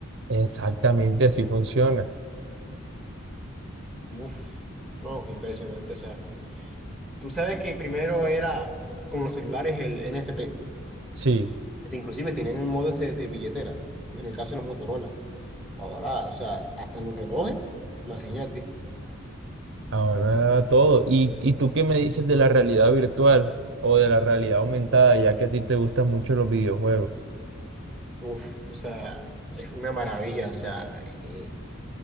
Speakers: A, on the right; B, in the centre.
A: Exactamente así funciona.
B: Uf, no, impresionante, o sea, tú sabes que primero era con los celulares el NFT.
A: Sí.
B: Inclusive tienen un modo ese de billetera, en el caso de los Motorola. Ahora, o sea, hasta los relojes, imagínate.
A: Ahora todo. ¿Y, y tú qué me dices de la realidad virtual o de la realidad aumentada, ya que a ti te gustan mucho los videojuegos?
B: Uf, o sea, es una maravilla, o sea, eh,